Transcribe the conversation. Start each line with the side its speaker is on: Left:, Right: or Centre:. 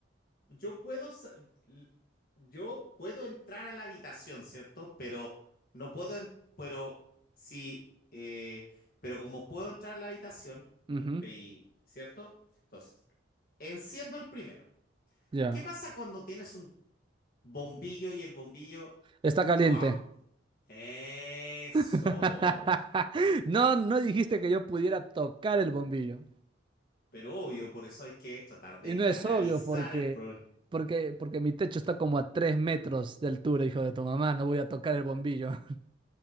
Left: Yo puedo, sa- yo puedo entrar a la habitación, ¿cierto? Pero no puedo, en- pero sí, eh, pero como puedo entrar a la habitación,
Right: ujú,
Left: yo, y- ¿cierto? Entonces, enciendo el primero.
Right: Ya.
Left: ¿Qué pasa cuando tienes un bombillo y el bombillo...
Right: Está caliente.
Left: o am- eso.
Right: <laughs> No, no dijiste que yo pudiera tocar el bombillo.
Left: Pero obvio, por eso hay que tratar de
Right: Y no es
Left: analizar
Right: obvio porque,
Left: el problema.
Right: porque, porque mi techo está como a 3 metros de altura, hijo de tu mamá. No voy a tocar el bombillo. <laughs>